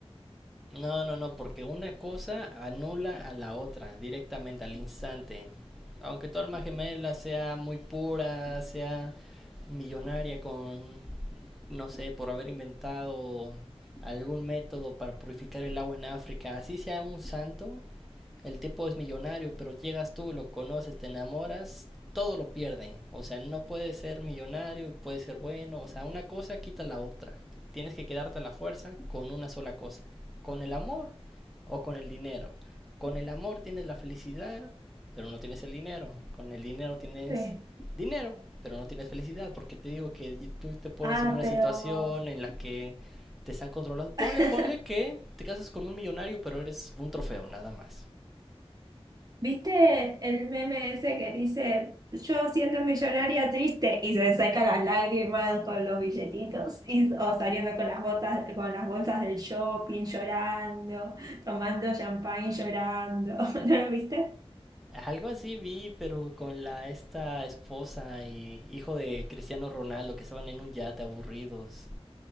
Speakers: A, in the centre; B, on the right.
A: No, no, no, porque una cosa anula a la otra directamente, al instante. Aunque tu alma gemela sea muy pura, sea millonaria con no sé, por haber inventado algún método para purificar el agua en África, así sea un santo, el tipo es millonario, pero llegas tú, lo conoces, te enamoras, todo lo pierde. O sea, no puede ser millonario y puede ser bueno. O sea, una cosa quita la otra. Tienes que quedarte a la fuerza con una sola cosa. Con el amor o con el dinero. Con el amor tienes la felicidad, pero no tienes el dinero. Con el dinero tienes
B: Sí.
A: dinero, pero no tienes felicidad, porque te digo que tú te pones
B: Ah,
A: en una
B: pero
A: situación en la que te están controlando. Ponle,
B: <laughs>
A: ponle que te casas con un millonario, pero eres un trofeo, nada más.
B: ¿viste el meme ese que dice yo siendo millonaria triste y se saca las lágrimas con los billetitos y, o saliendo con las botas, con las bolsas del shopping llorando, tomando champagne llorando? <laughs> ¿No lo viste?
A: Algo así vi, pero con la esta esposa y hijo de Cristiano Ronaldo que estaban en un yate aburridos.